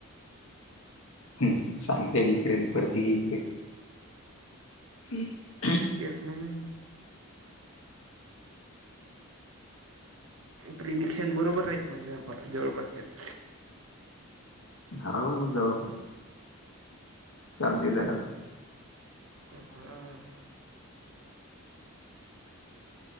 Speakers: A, on the left; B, on the right.
A: हम्म सांगते इकडे पडती इकडे. <unintelligible>
B: दिसतीयास ना म्हणून प्रिडिक्शन बरोबर राहते म्हणज जवळ बसत्यात.
A: हो जवळपास चालते जरास.
B: हम्म.